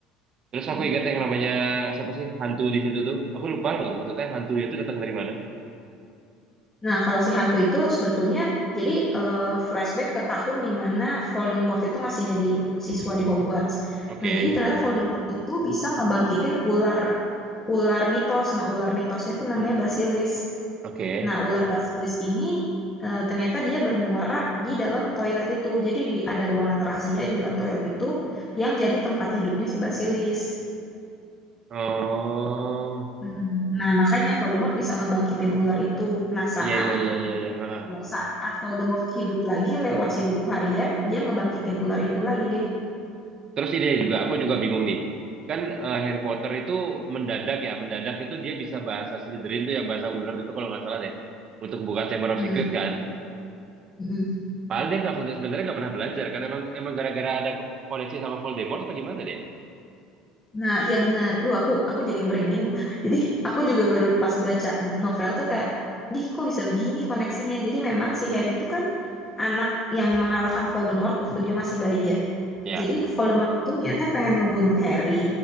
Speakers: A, on the right; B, on the left.
A: Terus aku
B: Mm.
A: ingat yang namanya siapa sih hantu di situ tuh. Aku lupa loh maksudnya hantu itu datang dari mana.
B: Nah, kalau si hantu itu sebetulnya jadi eh, flashback ke tahun di mana Voldemort itu masih jadi siswa di Hogwarts.
A: Oke,
B: Nah, jadi ternyata
A: ah,
B: Voldemort itu bisa ngebangkitin ular ular mitos. Nah, ular mitosnya tuh namanya basilisk.
A: oke.
B: Nah, ular basilis ini eh, ternyata dia bermuara di dalam toilet itu. Jadi di- ada ruangan rahasia di dalam toilet itu yang jadi tempat hidupnya si basilis.
A: Oh,
B: Hmm, Nah, makanya Voldemort bisa ngebangkitin ular itu. Nah, saat
A: iya iya iya iya iya. ha, ha.
B: saat Voldemort hidup lagi lewat si buku harian, dia ngebangkitin ular itu lagi deh.
A: Terus ini juga aku juga bingung nih. Kan eh, Harry Potter itu mendadak ya, mendadak itu dia bisa bahasa Slytherin tuh ya bahasa ular itu kalau nggak salah deh. Untuk buka Chamber
B: Hmm.
A: of Secret kan.
B: mm-mm.
A: Padahal dia nggak sebenarnya nggak pernah belajar kan emang emang gara-gara ada koneksi sama Voldemort apa gimana dia?
B: Nah, iya benar. Duh, aku aku jadi merinding. <laughs> Jadi aku juga baru pas baca bu- novel tuh kayak, "Dih, kok bisa begini koneksinya?" Jadi memang si Harry itu kan anak yang mengalahkan Voldemort waktu dia masih bayi ya.
A: Ya.
B: Jadi Voldemort itu niatnya pengen ngebunuh Harry,